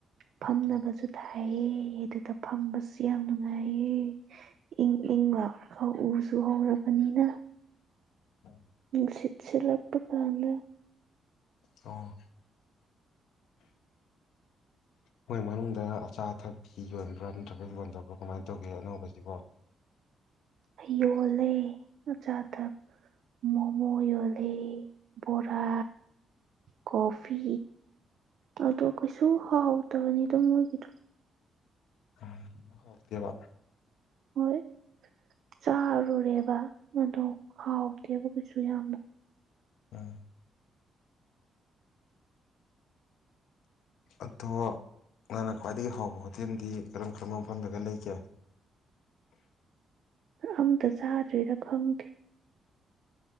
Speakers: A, on the right (about 65°); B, on the left (about 80°).
A: ꯐꯝꯅꯕꯖꯨ
B: ꯎꯝ
A: ꯊꯥꯏꯌꯦ ꯑꯗꯨꯗ ꯐꯝꯕꯖꯨ ꯌꯥꯝ ꯅꯨꯡꯉꯥꯏꯌꯦ ꯏꯪ ꯏꯪ ꯂꯥꯎꯔꯒ ꯎꯁꯨ ꯍꯧꯔꯕꯅꯤꯅ
B: ꯑ
A: ꯅꯨꯡꯁꯤꯠ ꯁꯤꯂꯛꯄ ꯀꯥꯟꯗ
B: ꯑꯣ ꯃꯣꯏ ꯃꯅꯨꯡꯗ ꯑꯆꯥ ꯑꯊꯛꯀꯤ ꯌꯣꯟꯕ꯭ꯔꯥ ꯅꯠꯇ꯭ꯔꯒ ꯌꯣꯟꯗꯕ꯭ꯔꯥ ꯀꯃꯥꯏꯅ ꯇꯧꯒꯦ ꯑꯅꯧꯕꯁꯤꯕꯣ
A: ꯌꯣꯜꯂꯦ ꯑꯆꯥ ꯑꯊꯛ ꯃꯣꯃꯣ ꯌꯨꯜꯂꯤ ꯕꯣꯔꯥ ꯀꯣꯐꯤ ꯑꯗꯣ ꯀꯩꯁꯨ ꯍꯥꯎꯇꯕꯅꯤꯗ ꯃꯣꯏꯒꯤꯗꯣ
B: <unintelligible> ꯍꯥꯎꯇꯦꯕ
A: ꯍꯣꯏ ꯆꯥꯔꯨꯔꯦꯕ ꯑꯗꯣ ꯍꯥꯎꯇꯦꯕ ꯀꯩꯁꯨ ꯌꯥꯝꯅ
B: ꯎꯝ ꯑꯗꯣ ꯅꯪꯅ ꯈ꯭ꯋꯥꯏꯗꯒꯤ ꯍꯥꯎꯕ ꯍꯣꯇꯦꯜꯗꯤ ꯀꯔꯝ ꯀꯔꯝꯕ ꯃꯐꯝꯗꯒ ꯂꯩꯒꯦ
A: ꯑꯝꯇ ꯆꯥꯗ꯭ꯔꯤꯗ ꯈꯪꯗꯦ